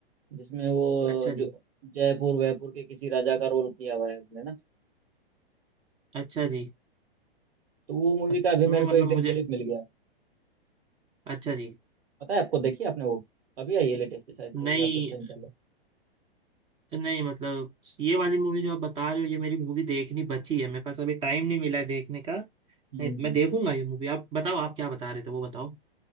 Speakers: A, on the right; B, on the right.
A: जिसमें वो
B: अच्छा
A: जो
B: जी
A: जयपुर वयपुर के किसी राजा का रोल किया हुआ है उसने ना
B: अच्छा जी
A: तो वो मूवी
B: अ-
A: का अभी मेरे
B: नहीं मतलब
A: को एक दिन
B: मुझे
A: क्लिप मिल गया
B: अच्छा जी
A: पता है आपको देखिए आपने वो अभी आई है लेटेस्ट शायद
B: नहीं
A: कोई या कुछ टाइम पहले
B: नहीं मतलब ये वाली मूवी जो आप बता रहे हो ये मेरी मूवी देखनी बची है मेरे पास अभी टाइम नहीं मिला है देखने का
A: हम्म
B: नहीं मैं देखूंगा ये मूवी आप बताओ आप क्या बता रहे थे वो बताओ